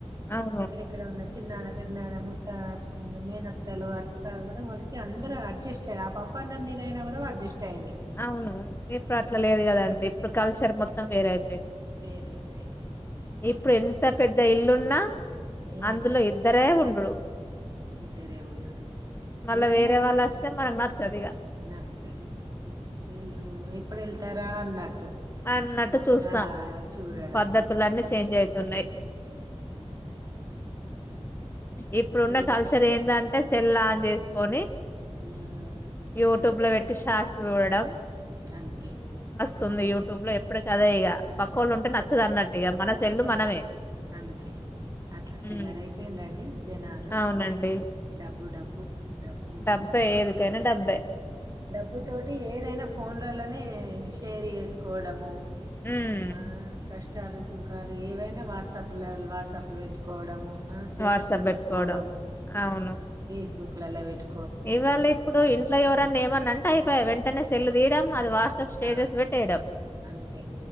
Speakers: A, on the left; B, on the right.
A: అవును
B: ఎక్కడెక్కడో ఉన్నా చిన్నాన పెద్ నాన్నము తత్ మేనత్తలు అట్లా కూడా వచ్చి అందరు అడ్జస్ట్ అయ్యారు ఆ పప్పు అన్నం తిని అయినా కూడా అడ్జస్ట్ అయ్యిండ్రు
A: అవును ఇప్పుడు అట్లా లేదు కదా అండి ఇప్పుడు కల్చర్ మొత్తం వేరే అయిపు
B: వేరేపెయింది
A: ఇప్పుడు ఎంత పెద్ద ఇల్లు ఉన్నా
B: ఉమ్
A: అందులో ఇద్దరే ఉండుడు
B: ఇద్దరే ఉండుడు
A: మళ్ళా
B: ఏముందన్
A: వేరే వాళ్ళు వస్తే మనకు నచ్చదు ఇగ
B: నచ్చదు వీళ్ళు ఎప్పుడు వెళ్తారా అన్నట్టు
A: అన్నట్టు చూస్తాం
B: ఆ చూడడం
A: పద్ధతులన్నీ చేంజ్ అయితున్నాయి ఇప్పుడు ఉన్న
B: వెల్
A: కల్చర్ ఏంది అన్ అంటే సెల్ ఆన్ చేసుకొని
B: ఉమ్
A: యూట్యూబ్ ల వెట్ టీ షార్ట్స్ చూడడం
B: అంతే
A: తుంది యూట్యూబ్ ల ఎప్పడికి అదే ఇగ పక్కోళ్ళు ఉంటే నచ్చదు అన్నట్టు ఇగ మన
B: నచ్చదు
A: సెల్లు మనమే
B: అంతే అట్లా తయారైపెయిన్
A: హ్మ్.
B: రండి జనాలు
A: అవునండి
B: డబ్బు డబ్బు డబ్బు
A: డబ్బే ఏదికైనా డబ్బే
B: డబ్బు తోటి ఏదైనా ఫోన్ లలనే షేర్ చేసుకోవడము
A: ఉమ్
B: మా కస్ట్ కష్టాలు సుఖాలు ఏవైనా వాట్సాప్లు వాట్సాప్ పెట్టుకోవడము ఆ స్టేటస్లు
A: వాట్సాప్
B: పెట్టుకోవడము
A: పెట్టుకోవడం అవును
B: ఫేస్ బుక్ మిల్లల్లా వెట్
A: ఇవాళ ఇప్పుడు ఇంట్లో ఎవరన్నా ఏప్ ఏవన్న అంట అయిపాయే వెంటనే సెల్లు తీయడం అది వాట్సాప్ స్టేటస్
B: ఆ
A: వెట్ ఏయ్యడం
B: అంతే